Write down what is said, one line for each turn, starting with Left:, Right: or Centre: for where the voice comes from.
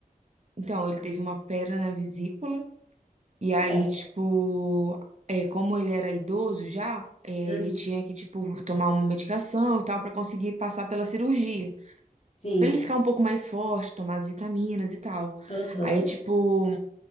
Right: Então, ele teve uma pedra na vesícula, e aí,
Left: sério,
Right: tipo, é, como ele era idoso já, é,
Left: Uhum.
Right: ele tinha que, tipo, tomar uma medicação e tal, pra conseguir passar pela cirurgia,
Left: sim,
Right: Pra ele ficar um pouco mais forte, tomar as vitaminas e tal.
Left: aham,
Right: Aí, tipo,